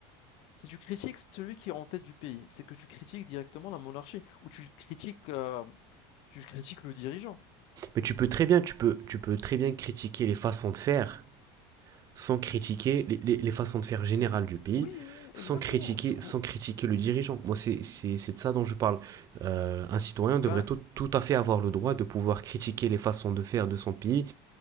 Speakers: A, on the left (about 50°); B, on the right (about 30°).
A: Si tu critiques celui qui est en tête du pays, c'est que tu critiques directement la monarchie ou tu critiques, euh, tu critiques le dirigeant.
B: mais tu peux très bien, tu peux, tu peux très bien critiquer les façons de faire sans critiquer les, les- les façons de faire générales du pays,
A: Oui, oui,
B: sans
A: exactement.
B: critiquer,
A: Du coup,
B: sans critiquer le dirigeant. Moi, c'est c'est- c'est de ça dont je parle. Euh, un citoyen devrait
A: ben
B: tout, tout à fait avoir le droit de pouvoir critiquer les façons de faire de son pays,